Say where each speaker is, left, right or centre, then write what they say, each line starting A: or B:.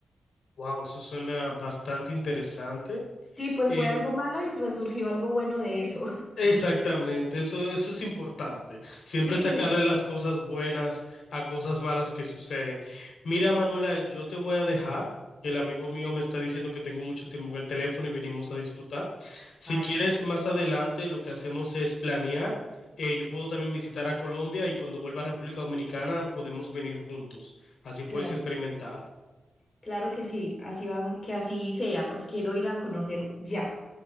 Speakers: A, on the left; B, on the left.
A: Wow, eso suena bastante interesante.
B: Sí, pues
A: Eh,
B: fue algo malo y resurgió algo bueno de eso.
A: Exactamente, eso, eso es importante. Siempre
B: Sí.
A: sacarle las cosas buenas a cosas malas que suceden. Mira, Manuela, yo te voy a dejar, que el amigo mío me está diciendo que tengo mucho tiempo en el teléfono y venimos a disfrutar. Si
B: Ay,
A: quieres,
B: sí,
A: más adelante lo que hacemos es planear. Eh, yo puedo también visitar a Colombia y cuando vuelva a República Dominicana podemos venir juntos. Así puedes
B: claro,
A: experimentar.
B: claro que sí, así va, que así sea, porque quiero ir a conocer ya.